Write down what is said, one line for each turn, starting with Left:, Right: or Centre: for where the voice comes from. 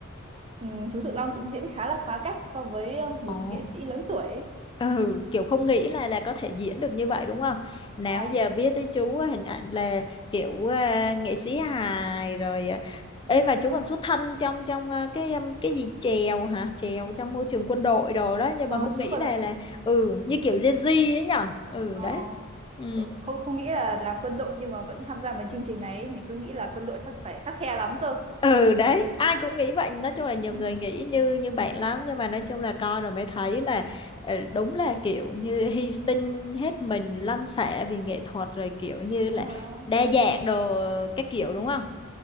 Right: ừm, chú Tự Long cũng diễn khá là phá cách so với ờ, một
Left: Ồ.
Right: nghệ sĩ lớn tuổi ấy.
Left: Ừ, kiểu không nghĩ là là có thể diễn được như vậy đúng không? Nào
Right: Ờ,
Left: giờ biết tới chú á, hình ảnh là kiểu à, nghệ sĩ hài rồi à.
Right: đúng
Left: Ê mà
Right: rồi, nó
Left: chú còn xuất thân trong trong à, cái um, cái gì chèo hả? Chèo trong môi trường quân đội đồ đó nhưng
Right: ờ,
Left: mà không
Right: chú
Left: nghĩ
Right: còn
Left: là
Right: là
Left: là ừ như kiểu Gen Z ấy nhở? Ừ
Right: ờ,
Left: đấy. Ừ.
Right: kiểu không không nghĩ là làm quân đội nhưng mà vẫn tham gia mấy chương trình này ấy. Mình cứ nghĩ là quân đội chắc phải khắt khe lắm cơ.
Left: ừ đấy ai cũng nghĩ vậy nói chung là nhiều
Right: Ừ,
Left: người nghĩ như như bạn lắm nhưng mà nói chung là coi rồi mới thấy là ờ, đúng là kiểu như hy sinh hết mình lăn xẻ vì nghệ thuật rồi kiểu như
Right: Đúng
Left: là
Right: rồi. á.
Left: đa dạng đồ các kiểu đúng không